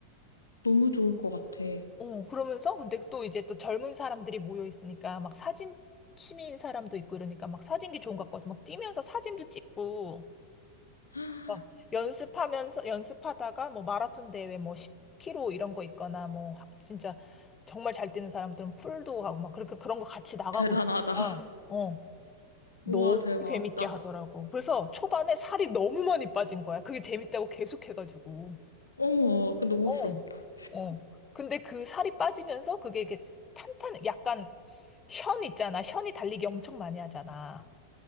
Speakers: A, on the left (about 80°); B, on the left (about 20°).
A: 너무 좋을 것 같아.
B: 어, 그러면서 근데 또 이제 또 젊은 사람들이 모여 있으니까 막 사진 취미인 사람도 있고 이러니까 막 사진기 좋은 거 갖고 와서 막 뛰면서 사진도 찍고
A: <gasps>
B: 어, 연습하면서 연습하다가 뭐 마라톤 대회 뭐 10km 이런 거 있거나 뭐 하- 진짜 정말 잘 뛰는 사람들은 풀도 하고 막 그렇게 그런 거 같이 나가고
A: 대단하다.
B: 있으니까
A: <laughs>
B: 어 너무
A: 우와, 대박.
B: 재밌게
A: 나,
B: 하더라고. 그래서 초반에 살이 너무 많이 빠진 거야. 그게 재밌다고 계속 해가지고.
A: 어머, 그 너무
B: 어,
A: 부럽다.
B: 어. 근데 그 살이 빠지면서 그게 이게 탄탄 약간 션 있잖아. 션이 달리기 엄청 많이 하잖아.